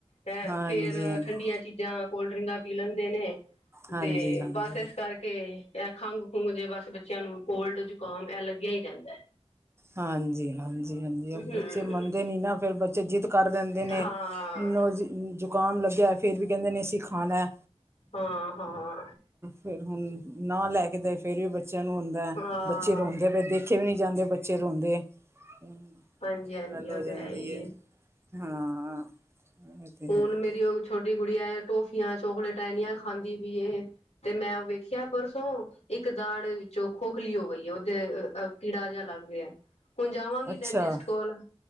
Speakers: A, on the left; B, on the right.
A: ਹੈ
B: ਹਾਂਜੀ
A: ਫੇਰ
B: ਹਾਂਜੀ
A: ਠੰਡੀਆਂ ਚੀਜ਼ਾਂ ਕੋਲਡਰਿੰਕਾਂ ਪੀ ਲੈਂਦੇ ਨੇ,
B: ਹਾਂਜੀ
A: ਤੇ
B: ਹਾਂਜੀ
A: ਬਸ ਇਸ ਕਰਕੇ ਕੇ ਐ ਖੰਘ-ਖੁੰਘ, ਜੇ ਬਸ ਬੱਚਿਆਂ ਨੂੰ ਕੋਲਡ ਜ਼ੁਕਾਮ ਐ ਲੱਗਿਆ ਈ ਰਹਿੰਦਾ ਐ।
B: ਹਾਂਜੀ, ਹਾਂਜੀ, ਹਾਂਜੀ। ਉਹ
A: ਹਮ
B: ਬੱਚੇ ਮੰਨਦੇ ਨੀ ਨਾ ਫਿਰ ਜਿਦੱ ਕਰ ਲੈੰਦੇ ਨੇ,
A: ਹਾਂ
B: ਨੋਜੀ ਜ਼ੁਕਾਮ ਲੱਗਿਆ। ਫਿਰ ਵੀ ਕਹਿੰਦੇ ਨੇ ਅਸੀਂ ਖਾਣਾ।
A: ਹਾਂ-ਹਾਂ।
B: ਫੇਰ ਹੁਣ ਨਾ ਲੈ ਕੇ ਦੇ, ਫੇਰ ਵੀ ਬੱਚਿਆਂ ਨੂੰ ਹੁੰਦਾ।
A: ਹਾਂ
B: ਬੱਚੇ ਰੋਂਦੇ ਪੇ ਦੇਖ ਦੇਖੇ ਨੀ ਜਾਂਦੇ ਬੱਚੇ ਰੋਂਦੇ, ਇਹ
A: ਹਾਂਜੀ ਹਾਂਜੀ
B: ਗੱਲ ਹੋ
A: ਉਹ
B: ਜਾਂਦੀ
A: ਤੇ ਹੈ ਹੀ
B: ਏ।
A: ਹੈ
B: ਹਾਂ। ਇਹ ਤੇ ਹੈ
A: ਹੁਣ
B: ਹੀ
A: ਮੇਰੀ
B: ਹੈ
A: ਓ ਛੋਟੀ ਗੁੜੀਆਂ ਏ ਟੋਫੀਆਂ, ਚੋਕਲੇਟਾਂ ਐਨੀਆਂ ਖਾਂਦੀ ਵੀਈ ਇਹ ਤੇ ਮੈਂ ਵੇਖਿਆ ਪਰਸੋ, ਇੱਕ ਦਾੜ ਵਿੱਚੋਂ ਖੋਖਲੀ ਹੋ ਗਈ ਐ ਓਹਦੇ ਕੀੜਾ ਜਾ ਲੱਗ ਗਿਆ। ਹੁਣ ਜਾਵਾਂਗੀ
B: ਅੱਛਾ
A: ਡੈਂਟਿਸਟ ਕੋਲ